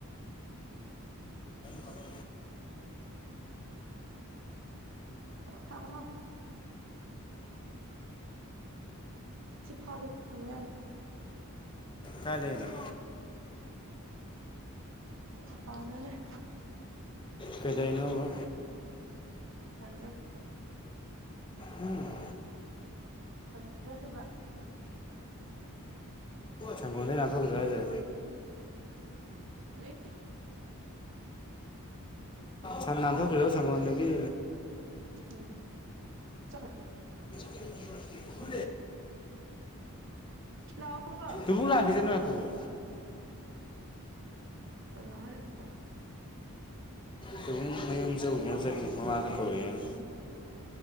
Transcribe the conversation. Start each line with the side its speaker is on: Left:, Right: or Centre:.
Left: ꯐꯗ
Right: ꯊꯥꯎꯑꯣ ꯊꯥꯎꯥꯎ ꯐꯥꯒꯦ ꯍꯪꯉ ꯌꯥꯅ
Left: ꯀꯂꯅ
Right: ꯑꯄꯥ ꯑꯗꯨꯅꯅꯦꯦ
Left: ꯀꯩꯗꯩꯅꯣꯕ
Right: ꯊꯪꯖꯔ
Left: ꯎꯝ
Right: ꯑꯗꯨ ꯊꯣꯛꯣꯛꯈꯤꯕ꯭ꯔꯥ
Left: ꯁꯦꯡꯒꯣꯩ ꯅꯥꯊꯣꯛꯖ ꯍꯥꯏꯖꯦ
Right: ꯀꯔꯤ
Left: ꯁꯝ ꯅꯥꯊꯣꯛꯈ꯭ꯦꯣ ꯁꯪꯣꯟꯗꯒꯤ
Right: ꯎꯝ ꯆꯈ
Left: ꯎ
Right: ꯂꯥꯛꯑꯣ ꯄ꯭ꯔꯇꯣꯞ
Left: ꯑꯗꯨꯕꯨꯡ ꯂꯈꯁꯦ ꯁꯀꯨꯜ
Right: ꯇꯅꯍꯔꯦꯕ
Left: ꯁꯕꯨꯝ ꯃꯌꯨꯝ ꯆꯧꯒꯦꯅ ꯆꯠꯀ ꯃꯃꯥꯅ ꯀꯧꯔꯦꯅ